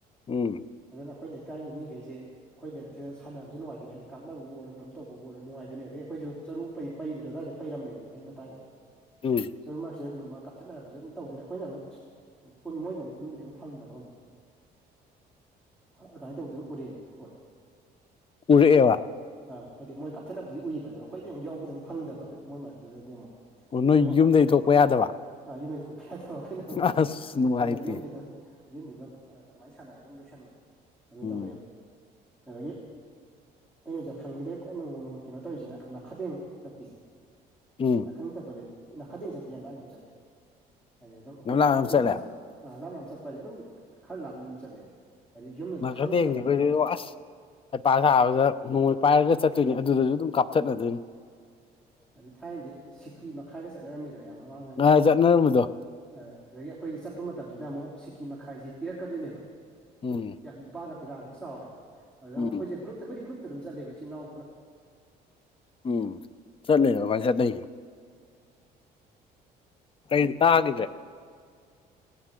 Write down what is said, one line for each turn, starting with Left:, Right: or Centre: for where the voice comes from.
Left: ꯎꯝ
Centre: ꯑꯗꯨꯅ ꯑꯩꯈꯣꯏ ꯂꯩꯀꯥꯏꯒꯤ ꯃꯤꯈꯩꯁꯦ ꯑꯩꯈꯣꯏ ꯂꯩꯥꯏꯔꯛꯁꯤꯗ ꯁꯥꯟꯅꯕꯁꯨ ꯅꯨꯡꯉꯥꯏꯗꯣꯏꯅꯦ ꯍꯥꯏꯗꯤ ꯀꯥꯞꯅꯕꯕꯨ ꯑꯣꯏꯔꯣ ꯀꯔꯝ ꯇꯧꯕꯕꯨꯔꯣ ꯅꯨꯡꯉꯥꯏꯗꯣꯏꯅꯤ ꯑꯗꯒꯤ ꯑꯩꯈꯣꯏꯁꯨ ꯆꯔꯨꯩ ꯄꯩꯕꯗꯣ ꯑꯗꯨꯋꯥꯏꯗ ꯄꯩꯔꯝꯃꯦꯕ ꯂꯝꯕꯤ ꯃꯇꯥꯏꯗ
Left: ꯎꯝ
Centre: ꯆꯔꯨ ꯃꯔꯛꯁꯤꯗ ꯂꯨꯝꯃ ꯀꯥꯞꯊꯠꯅꯔꯛꯄ ꯐꯖ ꯑꯗꯨꯝ ꯇꯧꯗꯣꯏꯅꯦ ꯑꯩꯈꯣꯏꯅ ꯑꯃꯨꯛ ꯃꯣꯏꯒ ꯑꯃꯨꯛ ꯄꯨꯟꯕꯗꯤ ꯑꯃꯨꯛ ꯐꯪꯗꯕ ꯑꯃꯨꯛ ꯑꯗꯨꯃꯥꯏꯅ ꯇꯧꯕꯗꯩ ꯑꯗꯨꯝ ꯎꯔꯛꯑꯦꯕ ꯄꯣꯠꯇꯣ
Left: ꯎꯔꯛꯑꯦꯋꯥ
Centre: ꯑꯥ ꯍꯥꯏꯗꯤ ꯃꯣꯏ ꯀꯥꯞꯊꯅꯕꯗꯤ ꯎꯏꯕ ꯑꯗꯣ ꯑꯩꯈꯣꯏꯗꯤ ꯑꯃꯨꯛ ꯐꯪꯗꯕ ꯑꯗꯨ ꯃꯣꯏ ꯃꯔꯛꯇꯨꯗꯗꯤ ꯑꯃꯨꯛ ꯑꯩꯈꯣꯏꯅ
Left: ꯑꯣ ꯅꯣꯏ
Centre: ꯑꯃꯨꯛ ꯑꯩꯈꯣꯏꯒꯤ
Left: ꯌꯨꯝꯗꯩꯊꯣꯛꯄ ꯌꯥꯗꯕ
Centre: ꯑꯥ ꯌꯨꯝ ꯂꯩꯊꯣꯛꯄ ꯌꯥꯗꯕ ꯑꯩꯈꯣꯏꯅ ꯑꯃꯨꯛ
Left: ꯑꯁ ꯅꯨꯡꯉꯥꯏꯇꯦ
Centre: ꯑꯗꯨꯅ ꯌꯨꯝꯁꯤꯗ ꯌꯨꯝꯁꯤꯗ ꯑꯗꯨꯃꯥꯏꯅ ꯁꯥꯟꯅꯔꯒ ꯑꯗꯨꯝ ꯂꯣꯏꯁꯟꯕꯗꯣ ꯑꯗꯨ
Left: ꯎꯝ
Centre: ꯇꯧꯔꯦꯕ ꯑꯗꯒꯤ ꯑꯩꯅ ꯌꯥꯎꯁꯪꯒꯤꯗ ꯈ꯭ꯋꯥꯏ ꯅꯣꯡ ꯀꯩꯅꯣ ꯇꯧꯔꯤꯁꯤꯅ ꯂꯈꯗꯦꯡ ꯆꯠꯄꯤꯁꯦ
Left: ꯎꯝ
Centre: ꯅꯥꯈꯪ ꯆꯠꯄꯁꯦ ꯅꯥꯈꯗꯦꯡ ꯆꯠꯄꯗ ꯌꯥꯝ ꯂꯥꯄ ꯂꯥꯞꯅ ꯆꯠꯂꯤ ꯍꯥꯏꯗꯤ ꯑꯗꯨꯝ ꯑꯩꯈꯣꯏ
Left: ꯅꯝꯂꯥꯡ ꯑꯃ
Centre: ꯂꯥꯞꯝ
Left: ꯆꯠꯂꯦ
Centre: ꯆꯠ ꯑ ꯂꯥꯞ ꯂꯥꯝ ꯆꯠꯄ ꯍꯥꯏꯁꯦ ꯑꯗꯨꯝ ꯈꯔ ꯂꯥꯞꯅ ꯑꯗꯨꯝ ꯆꯠꯂꯦ ꯍꯥꯏꯗꯤ ꯌꯨꯝꯅꯁꯨ
Left: ꯅꯥꯈꯗꯦꯡꯗꯤ
Centre: ꯈꯪꯗ꯭ꯔꯕꯅꯤꯅꯅꯦ
Left: ꯑꯩꯈꯣꯏꯗꯤ ꯏꯕꯣ ꯑꯁ ꯍꯩꯄ ꯁꯥꯕꯗ ꯅꯣꯡꯃꯩ ꯄꯥꯏꯔꯒ ꯆꯠꯇꯣꯏꯅꯤ ꯑꯗꯨꯗꯁꯨ ꯑꯗꯨꯝ ꯀꯥꯞ ꯆꯠꯅꯗꯣꯏꯅꯤ
Centre: ꯑꯗꯨꯗ ꯊꯥꯏꯅꯗꯤ ꯁꯤꯛꯀꯤ ꯃꯈꯥꯏꯒ ꯆꯠꯅꯔꯝꯃꯤꯗꯅ ꯌꯥꯝ ꯑꯉꯥꯡ ꯑꯣꯏꯔꯤꯉꯥꯟꯗꯗꯤ
Left: ꯉꯍꯥꯟ ꯆꯠꯅꯔꯝꯕꯗꯣ
Centre: ꯑꯥ ꯑꯗꯒꯤ ꯑꯩꯈꯣꯏꯁꯦ ꯆꯠꯄ ꯃꯇꯝꯁꯤꯗ ꯑꯃꯨꯛ ꯁꯤ ꯀꯤ ꯃꯈꯥꯏꯁꯦ ꯄꯤꯔꯛꯀꯗꯣꯏꯅꯦꯕ
Left: ꯎꯝ
Centre: ꯂꯨꯄꯥꯒ ꯄꯤꯔꯛꯑꯗꯤ ꯆꯥꯎꯔꯦ ꯑꯗ
Left: ꯎꯝ
Centre: ꯑꯩꯈꯣꯏꯁꯦ ꯒ꯭ꯔꯨꯞꯇ ꯑꯩꯈꯣꯏꯒꯤ ꯒ꯭ꯔꯨꯞꯇ ꯑꯗꯨꯝ ꯆꯠꯂꯦꯕ ꯏꯆꯜ ꯏꯅꯥꯎ ꯄꯨꯂꯞ
Left: ꯎꯝ ꯆꯠꯂꯦ ꯑꯗꯨꯃꯥꯏ ꯆꯠꯅꯩꯌꯦ ꯀꯩꯅꯣ ꯇꯥꯒꯤꯗ꯭ꯔꯦ